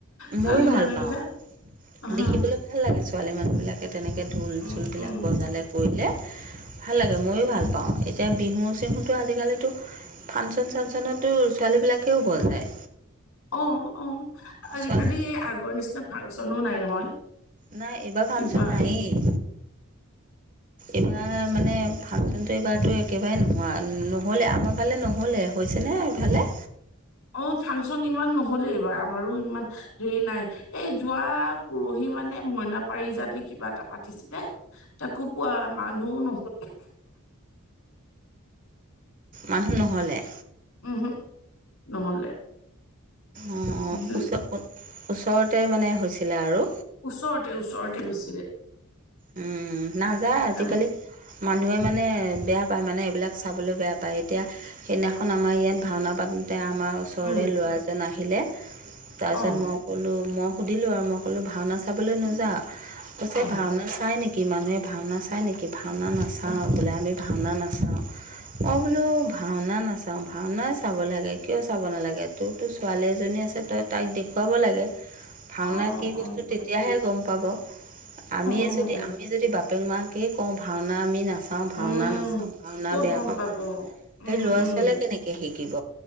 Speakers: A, on the left; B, on the right.
A: ছোৱালী
B: ময়ো ভাল
A: মানুহ
B: পাওঁ
A: বিলাক অহ!
B: দেখিবলৈ ভাল লাগে ছোৱালী মানুহবিলাকে তেনেকৈ ঢোল
A: উম,
B: চোলবিলাক
A: উম।
B: বজালে কৰিলে। ভাল লাগে ময়ো ভাল পাওঁ এতিয়া বিহু চিহুটো আজিকালিতো- ফাংচন চাংচনতো ছোৱালীবিলাকেও বজাই।
A: অঁ অঁ আজিকালি
B: ছোৱালী
A: আগৰ নিচিনা ফাংচনো নাই নহয়।
B: নাই এইবাৰ ফাংচন
A: কিবা
B: নাই এই। এইবাৰ মানে ফাংচনটো এইবাৰতো একেবাৰে নোহোৱা নহ'লে আমাৰ ফালে নহ'লেই। হৈছেনে ইফালে।
A: অঁ ফাংচন ইমান নহলেইবাৰ আমাৰো ইমান হেৰি নাই। এই যোৱা পৰহি মানে মইনা পাৰি জাতি কিবা এটা পাতিছিলে? তাকো পোৱা মানুহও নহ'লে।
B: মানুহ নহ'লে-
A: উমঁহো নহ'লে।
B: অঁ, অঁ
A: যো-
B: ওচ, ওচৰতে মানে হৈছিলে আৰু।
A: ওচৰতে ওচৰতে হৈছিলে।
B: উমঁ উমঁ নাযায় আজিকালি-
A: উম,
B: মানুহে মানে বেয়া পায় মানে এইবিলাক চাবলৈ বেয়া পায় এতিয়া- সেইদিনাখন আমাৰ ইয়াত ভাওনা পাতোতে আমাৰ ওচৰৰে
A: উম,
B: ল'ৰাজন আহিলে। তাৰপিছত
A: অ',
B: মই ক'লোঁ মই সুধিলোঁ আৰু মই ক'লোঁ ভাওনা চাবলৈ নাজাও, কৈছে
A: অ',
B: ভাওনা- চাই নেকি, মানুহে ভাওনা চায় নেকি ভাওনা নাচাওঁ বোলে আমি ভাওনা নাচাওঁ। মই বোলো ভাওনা নাচাওঁ ভাওনাই চাব লাগে কিয় চাব নালাগে তো- তোৰ ছোৱালী এজনী আছে তই তাক দেখুৱাব লাগে। ভাওনা
A: অ',
B: কি বস্তু
A: অ', অ',
B: তেতিয়াহে গম পাব আমি-
A: অ', অ',
B: যদি
A: অ',
B: আমি যদি বাপেক মাকে কওঁ ভাওনা আমি নাচা- ভাওনা
A: উম,
B: নাচাওঁ ভাওনা
A: ক'ত
B: বেয়া
A: গম
B: পাওঁ
A: পাব,
B: সেই
A: উম,
B: ল'ৰা
A: উম।
B: ছোৱালীয়ে কেনেকৈ শিকিব।